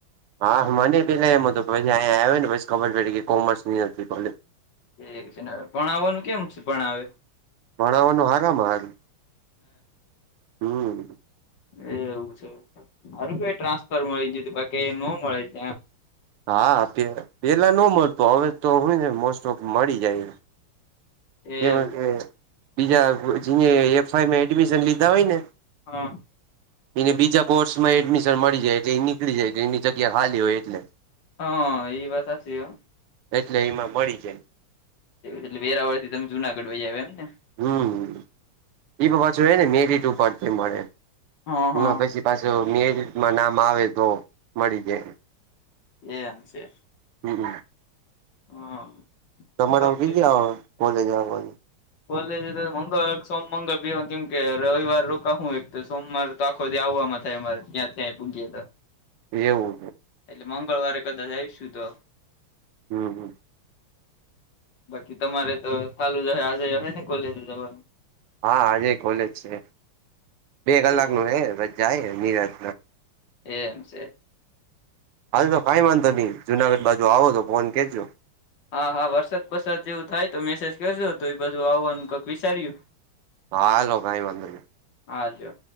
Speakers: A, on the right; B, on the left.
A: હા મને પેલાં એમ તો પછી અહીંયા આવ્યો નેછી ખબર પડી કે કોમર્સની ભોલ
B: એ છે ના ભણાવવાનું કેમ છે ભણાવ
A: ભણાવવાનું હારમ હારું હમ
B: એ એવું છે હારું કેઈ ટ્રાન્સફર મળી છે ન મળે ત
A: હા પ પેલા ન મળતું હવે તો હય ને મોસ્ટ ઓફ મળી જાય.
B: એવું
A: જેમાં કે
B: છે
A: બીજા જે એફાઈમાં એડમિશન લીધા હોય ને
B: હા
A: એને બીજા કોર્સ માં એડમિશન મળી જાય એટલે એ નીકળી જાય એની જગ્યા ખાલી હોય એટલે
B: હા એ બતાતી હ
A: એટલે એમાં મળી જાય
B: એટલે વેરાવળ થી તમે જુનાગઢવાઈ આવે એમ ને
A: હમ એ પાછ ને મેરી ટુ બે મળે
B: હા હા
A: હ પછી પાછું મેમાં નામ આવે તો મળી જાયમ
B: એ એમ છે.
A: હ
B: હા
A: તમામ
B: કેમ
A: ગી
B: કે
A: જઓ બોલે જાો
B: કોલેજ તો મંગળર સોમંગળ બે કેમ કે રવિવાર રોકા હું એક તો સોમવાર તો આખો દ આવવામાં થાય અમારે ત્યાં ત્યાંય પૂગી
A: એવું
B: એટલે મંગળવારે કદાચ આવીશું તો.
A: હમ હમ.
B: બાકી તમારે તો ચાલું જ હશે આજે હ ને કોલેજ જવાનું.
A: હા આજે ખલેજ છે બે કલાક
B: એમ
A: નું હ બસ જાય નિરાજ.
B: એ એમ છે.
A: હાલ તો કઈ વાંધો નહી જુનાગઢ બાજુ આવો તો ફોન કરજો.
B: હા હા વરસાદ વરસાદ જેવું થાય તો મેસેજ કરજો તો એ બાજુ આવવાનું કઈક વિચાર્યુ
A: હા લો ભાઈ વાંદર
B: હા જો